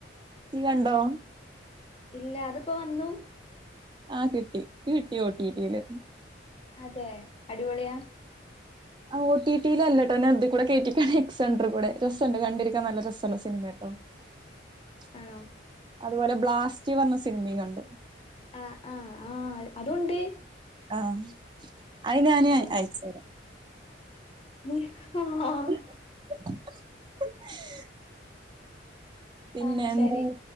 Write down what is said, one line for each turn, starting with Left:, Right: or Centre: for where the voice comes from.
Right: നീ കണ്ടോ?
Left: ഇല്ല അത്പ്പോ വന്നു?
Right: ആ കിട്ടി. ഇക്ക് കിട്ടി ഓട്ടീട്ടീല്.
Left: അതെ, അടിപൊളിയാ?
Right: ആ ഓട്ടീറ്റിൽ അല്ലെട്ടോ ഞാൻ ഇത് കൂടെ കേറ്റിക്ക് ആണ് എക്സൻഡർ കൂടെ, രസ ഇണ്ട് കണ്ടിരിക്കാൻ നല്ല രസള്ള സിനിമെട്ടോ. ഉ
Left: ആണോ?
Right: അതുപോലെ ബ്ലാസ്റ്റീ പറഞ്ഞ സിനിമി കണ്ടു.
Left: ആഹ്, ആഹ്, ആഹ്, അതുണ്ട്.
Right: ആഹ്, അയ് ഞാന്
Left: ആ
Right: അയച്ച് തരാ.
Left: <unintelligible>
Right: <inaudible> പിന്നെ
Left: ആ
Right: എന്തെ
Left: ശരി